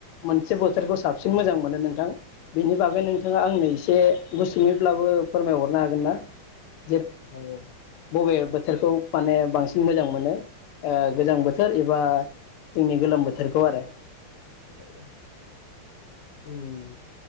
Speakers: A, on the left (about 90°); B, on the left (about 70°).
A: मोनसे बोथोरखौ साबसिन मोजां मोनो नोंथां बेनि बागै नोंथांङा आंनो एसे गुसुंङैब्लाबो फोरमायहरनो हागोनना ।
B: औ औ।
A: बबे बोथोरखौ माने बांसिन मोजां मोनो । ओ
B: औ
A: गोजां बोथोर एबा जोंनि गोलोम बोथोरखौ आरो ।
B: औ औ उम।